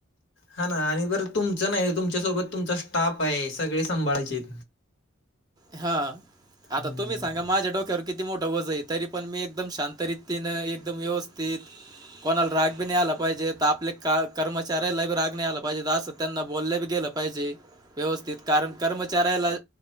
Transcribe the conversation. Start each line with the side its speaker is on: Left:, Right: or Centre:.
Left: हा ना आणि बरं तुमचं नाही तुमच्यासोबत तुमचा स्टाफ आहे सगळी सांभाळायचेत
Right: हा आता
Left: हम्म
Right: तुम्ही सांगा माझ्या डोक वर किती मोठं वजन आहे तरी मी एकदम शांत एकदम व्यवस्थित कोणाला राग बी नाही आला पाहिजे तर आपल्या का कर्मचाऱ्याला बी राग नाही आला पाहिजे अस त्यांना बोललं बी गेलं पाहिजे व्यवस्थित कारण कर्मचाऱ्याला